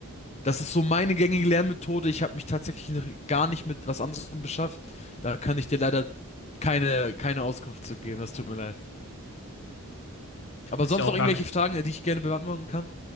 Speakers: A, on the left; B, on the left.
A: Das ist so meine gängige Lernmethode. Ich habe mich tatsächlich noch gar nicht mit was anderem beschäftigt. Da kann ich dir leider keine, keine Auskunft zu geben. Das tut mir leid. Aber
B: Ist
A: sonst
B: ja auch
A: noch irgendwelche
B: gar
A: Fragen, die ich gerne beantworten kann?